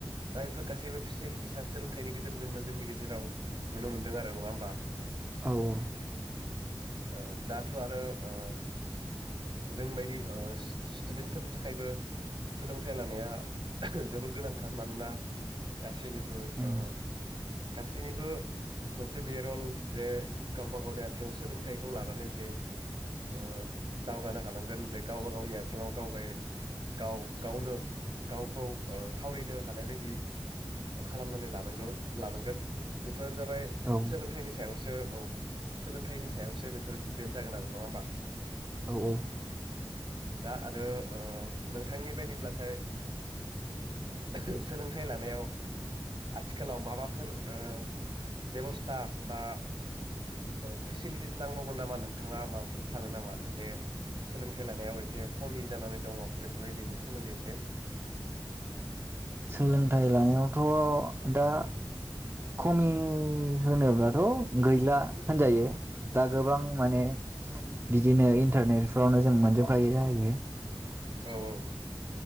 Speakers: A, on the right; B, on the right.
A: दा बेफोर गासैबो फेसिलिटिसा सोलोंथाइनि गेजेरजोंनो जोंनि गेजेराव नुनो मोनदों आरो नङा होमबा?
B: औ औ।
A: ओ-दाथ' आरो ओ- जोंबायदि ओ-स्टुडेन्टफोरनि थाखायबो सोलोंथाइ लानाया जोबोद गोनांथार मानोना गासैनिबो
B: उम
A: ओ-गासैनिबो मोनसे बे रल जे गावबा गावनि आथिङाव सोलोंथाइखौ लानानै जे ओ-दावगानो हानांगोन जे गावबा गावनि आथिङाव गावगाय। गाव गावनो गावखौ ओ-थावरिनो हानाय बायदि खालामनानै लानांगोन लानांगोन। बेफोर जाबाय
B: औ
A: सोलोंथाइनि सायाव। ओ- औ सोलोंथाइनि सायावसो बेफोर दिडपेन्ड जागोन आरो नङा होमबा?
B: औ औ।
A: दा आरो ओ- नोंथांनि बायदिब्लाथाय ओ-सोलोंथाइ लानायाव आथिखालाव माबाफोर ओ-बेबस्था बा ओ- फेसिलिटिस नांबावगोन नामा नोंथाङा माबाफोर सानो नामा जे सोलोंथाइ लानायाव एसे खमि जानानै दङ? बेफोरबायदिनि सोमोन्दै एसे?
B: सोलोंथाइ लानायावथ' दा। खमि होनोब्लाथ' गैला होनजायो दा गोबां माने बिदिनो इन्टारनेटफ्रावनो जों मोनजोबखायो जाहैबाय।
A: औ औ।